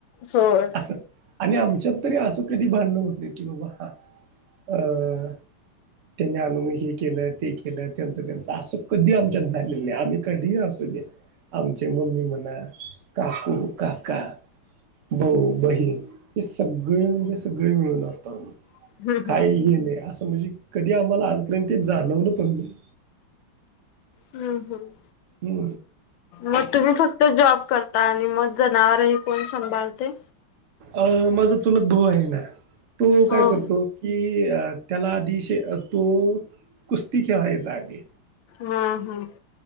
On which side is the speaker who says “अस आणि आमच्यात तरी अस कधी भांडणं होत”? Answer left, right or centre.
Right